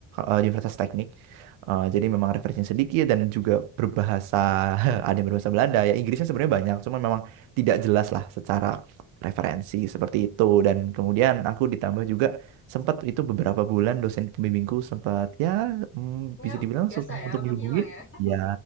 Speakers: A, on the right; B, on the left.
A: eh, Universitas Teknik. Eh, jadi memang referensinya sedikit dan juga berbahasa <laughs> ada yang berbahasa Belanda ya Inggrisnya sebenarnya banyak cuma memang tidak jelas lah secara referensi seperti itu dan kemudian aku ditambah juga sempat itu beberapa bulan dosen pembimbingku sempat ya mm,
B: Ya
A: bisa dibilang
B: biasa
A: susah
B: ya,
A: untuk
B: menghilang
A: dihubungin
B: ya. <laughs>
A: ya